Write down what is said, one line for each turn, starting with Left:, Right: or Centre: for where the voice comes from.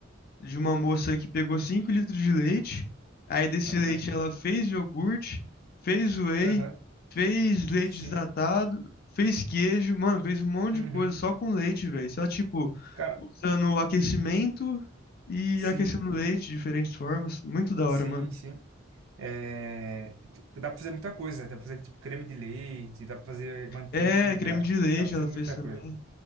Left: de uma moça que pegou 5 litros de leite. Aí desse
Right: Aham,
Left: leite ela fez iogurte, fez whey,
Right: aham,
Left: fez leite
Right: sim,
Left: desnatado, fez queijo, mano, fez um monte
Right: uhum.
Left: de coisa só com leite, velho. Só tipo
Right: Cara,
Left: usando aquecimento e
Right: sim,
Left: aquecendo leite de diferentes formas. Muito da hora,
Right: sim,
Left: mano.
Right: sim. É, t- dá pra fazer muita coisa, dá pra fazer tipo creme de leite, dá pra fazer manteiga,
Left: É, creme de leite
Right: dá pra fazer
Left: ela
Right: muita
Left: fez também.
Right: coisa.